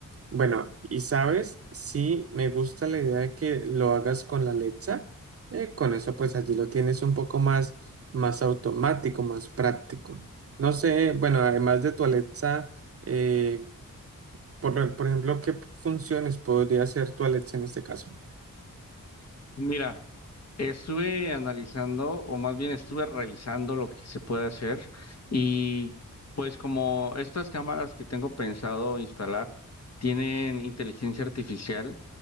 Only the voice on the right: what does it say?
bueno, y sabes, sí me gusta la idea de que lo hagas con la lecha. eh, con eso pues allí lo tienes un poco más, más automático, más práctico. No sé, bueno, además de tu Alexa, eh, por, lo- por ejemplo, ¿qué funciones podría hacer tu Alexa en este caso?